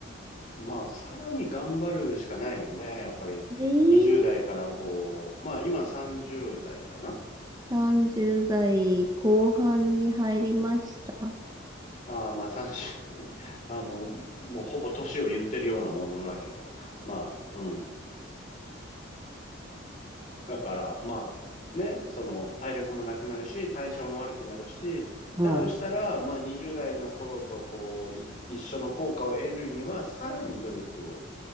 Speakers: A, on the left; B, on the right.
A: まあ、さらに頑張るしかないよね。やっぱり、
B: えー、
A: 20代からこう、まあ今30代かな
B: 30代後半に入りました。
A: ああ、まあ30、<laughs> あの、もうほぼ年を言ってるようなものだけど、まあ、うん。だから、まあ、ね、その、体力もなくなるし、代謝も悪くなるし、
B: はい。
A: だとしたら、まあ20代の頃とこう、い一緒の効果を得るには、さらに努力を